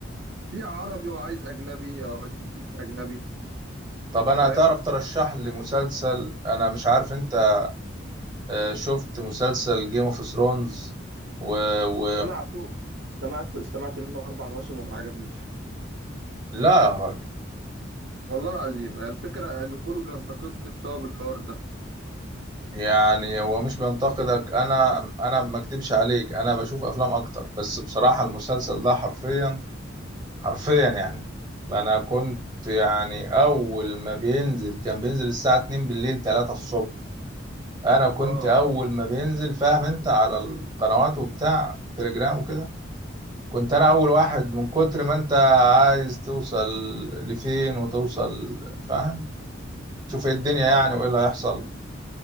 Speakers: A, on the right; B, on the right.
A: في عربي وعايز أجنبي أوديك أجنبي
B: طب انا
A: فاهم
B: تعرف ترشح لي مسلسل انا مش عارف انت آه، شفت مسلسل جيم اوف ثرونز و... و...
A: استمعت استمعت استمعت منه أربع مواسم وما عجبنيش
B: لا يا راجل
A: والله العظيم الفكرة إن كله بينتقدني بسبب الحوار ده
B: يعني هو مش بينتقدك انا انا ما اكدبش عليك انا بشوف افلام اكتر بس بصراحه المسلسل ده حرفيا حرفيا يعني انا كنت يعني اول ما بينزل كان بينزل الساعة 2 بالليل 3 الصبح انا كنت
A: آه
B: اول ما بينزل فاهم انت على القنوات وبتاع تليجرام وكده كنت انا اول واحد من كتر ما انت عايز توصل لفين وتوصل فاهم تشوف ايه الدنيا
A: ب-
B: يعني
A: ب-
B: وايه اللي هيحصل